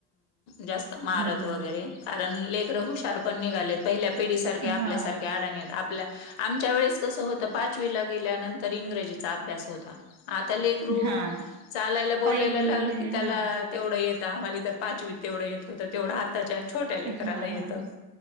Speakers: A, on the left; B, on the right.
A: जास्त मारत
B: हं.
A: वगैर कारण लेकरं हुशार पण निघालेत पहिल्या पिढीसारख्या
B: हां,
A: आपल्यासारख्या अडाणीत आपल्या आमच्या वेळेस कसं होतं, पाचवीला गेल्यानंतर इंग्रजीचा अभ्यास होता. आता लेकरू
B: हां.
A: चालायला बोलायला
B: पहिली
A: लागल
B: म्हणजे
A: की त्याला
B: हां.
A: तेवढं येत. आम्हाला तर पाचवी तेवढं येत होतं तेवढं आत्ताच्या छोट्या लेकराला
B: हां,
A: येतं.
B: हां, हां.